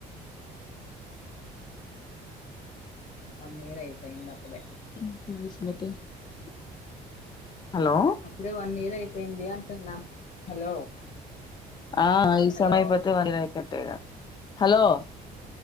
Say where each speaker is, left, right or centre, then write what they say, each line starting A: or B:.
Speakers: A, on the left (about 50°); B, on the left (about 25°).
A: వన్ ఇయర్ అయిపోయింది అప్పుడే
B: <unintelligible> హలో
A: అప్పుడే వన్ ఇయర్ అయిపోయింది అంటున్నా హలో
B: ఆ ఈ
A: హలో
B: సమయం పతే వంద కట్టే హలో